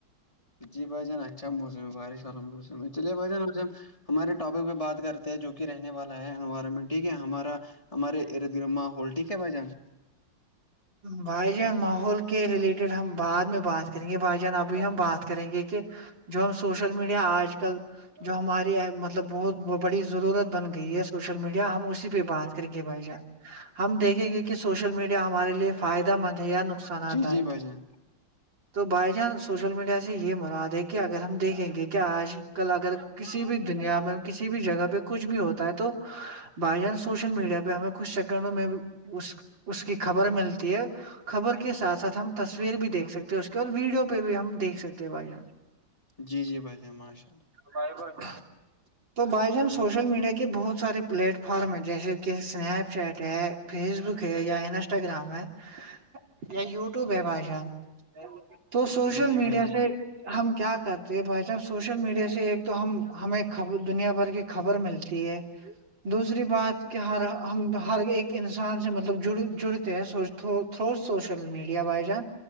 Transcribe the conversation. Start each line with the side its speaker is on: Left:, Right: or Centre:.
Left: جی بھائی جان اچھا موسم ہے بارش والا موسم ہے چلیں بھائی جان ہمارے ٹاپک پہ بات کرتے ہیں جو کہ رہنے والا ہے انوائرمنٹ ٹھیک ہے ہمارا ہمارے ارد گرد ماحول ٹھیک ہے بھائی جان
Right: بھائی جان ماحول کے ریلیٹڈ ہم بعد میں بات کریں گے بھائی جان ابھی ہم بات کریں گے کہ جو ہم سوشل میڈیا آج کل جو ہماری مطلب بہت بڑی ضرورت بن گئی ہے سوشل میڈیا ہم اسی پہ بات کر گے بھائی جان ہم دیکھیں گے کہ سوشل میڈیا ہمارے لیے فائدہ مند ہے یا نقصان
Left: جی
Right: دہ
Left: جی <inaudible>
Right: تو بھائی چان سوشل میڈیا سے یہ مراد ہے کہ اگر ہم دیکھیں گے کہ آج کل اگر کسی بھی دنیا میں کسی بھی جگہ پہ کچھ بھی ہوتا ہے تو بھائی چان سوشل میڈیا پہ ہمیں کچھ سیکنڈوں میں اس کی خبر ملتی ہے خبر کے ساتھ ساتھ ہم تصویر بھی دیکھ سکتے ہیں اس کے اور ویڈیو پہ بھی ہم دیکھ سکتے ہیں بھائی جان
Left: جی جی بھائی جان ماشاء اللہ
Right: بائے بائے تو بھائی جان سوشل میڈیا کے بہت سارے پلیٹ فارم ہے جیسے کہ اسنیپ چیٹ ہے فیس بک ہے یا انسٹاگرام ہے یا یوٹیوب ہے بھائی جان تو سوشل
Left: جی جی
Right: میڈیا
Left: بھائی جان
Right: سے ہم کیا کرتے ہیں بھائی جان سوشل میڈیا سے ایک تو ہم ہمیں دنیا بھر کے خبر ملتی ہے دوسری بات کہ ہر ہم ہر ایک انسان سے مطلب جڑ تھرو سوشل میڈیا بھائی جان